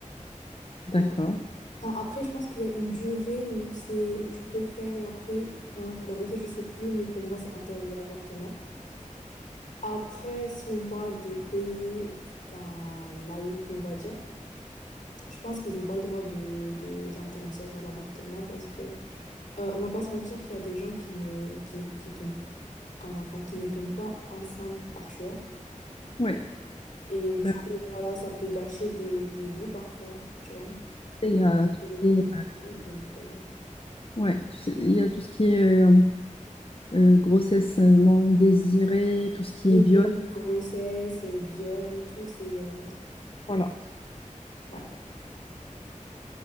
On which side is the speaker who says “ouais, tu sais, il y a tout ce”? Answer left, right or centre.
Left